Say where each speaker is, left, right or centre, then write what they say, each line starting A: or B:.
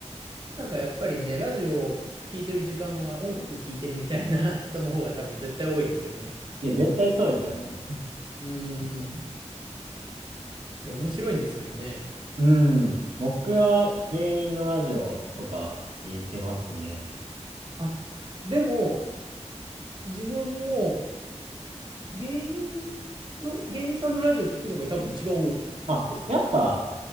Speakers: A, on the right; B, on the right.
A: なんかやっぱりね、ラジオを聞いてる時間は音楽聞いてるみたいな <laughs> 人の方が多分絶対多いですよね。
B: いや、絶対そうですよね。
A: うん。いや、面白いんですけどね。
B: うん。僕は芸人のラジオとか聞いてますね。
A: あ、でも、自分も、芸人の、芸人さんのラジオ聞くのが多分一番多いですね。
B: あ、やっぱ、